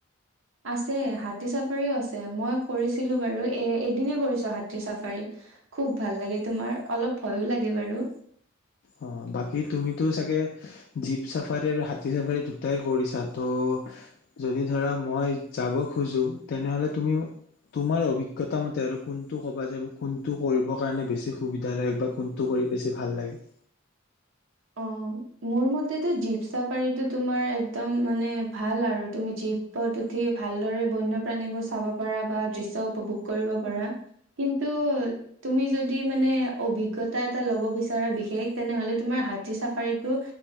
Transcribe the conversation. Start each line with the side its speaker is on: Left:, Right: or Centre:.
Right: আছে, হাতী চাফাৰীও আছে। মই কৰিছিলোঁ বাৰু, এ-এদিনে কৰিছোঁ হাতী চাফাৰী। খুব ভাল লাগে তোমাৰ, অলপ ভয়ো লাগে বাৰু।
Left: অ' বাকী তুমিতো চাগে জীপ চাফাৰী আৰু হাতী চাফাৰী দুটাই কৰিছা ত' যদি ধৰা মই যাব খোজো, তেনেহলে তুমি মো তোমাৰ অভিজ্ঞতা মতে আৰু কোনটো ক'বা যে, কোনটো কৰিব কাৰণে বেছি সুবিধা দায়ক বা কোনটো কৰি বেছি ভাল লাগে।
Right: অ মোৰ মতেতো জীপ চাফাৰীটো তোমাৰ একদম মানে ভাল আৰু, তুমি জীপ তত উঠি ভালদৰে বন্যপ্ৰাণীবোৰ চাব পাৰা বা দৃশ্য উপভোগ কৰিব পাৰা। কিন্তু তুমি যদি মানে অভিজ্ঞতা এটা ল'ব বিচাৰা বিশেষ তেনেহ'লে তোমাৰ হাতী চাফাৰীত টো